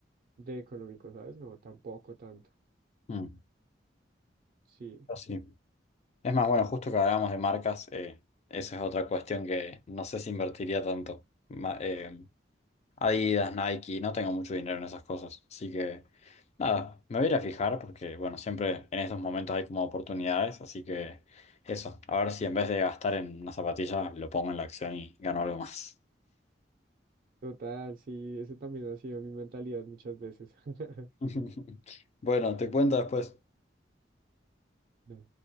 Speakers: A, on the right (about 50°); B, on the left (about 35°).
A: de económico, ¿sabes? No, tampoco tanto.
B: Mm, mm.
A: Sí,
B: Pero sí. Es más, bueno, justo que hablábamos de marcas, eh, eso es otra cuestión que no sé si invertiría tanto. Ma- eh, Adidas, Nike, no tengo mucho dinero en esas cosas. Así que, nada, me voy a ir a fijar porque, bueno, siempre en estos momentos hay como oportunidades. Así que, eso, a ver si en vez de gastar en una zapatilla, lo pongo en la acción y gano algo más.
A: total, sí, eso también ha sido mi mentalidad muchas veces. <laughs>
B: <laughs> Bueno, te cuento después.
A: No.